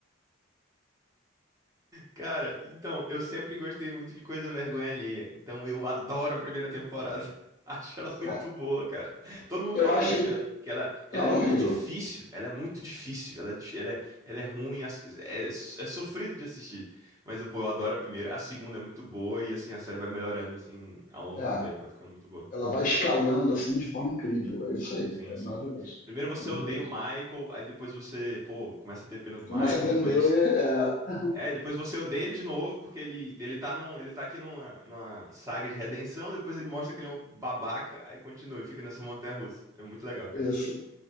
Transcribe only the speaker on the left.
Cara,
eu
acho
que.
Não,
é horrível.
É,
ela vai escalando assim de forma incrível. É isso aí,
é
maravilhoso.
É maravilhoso.
Começa a entender
é,
isso.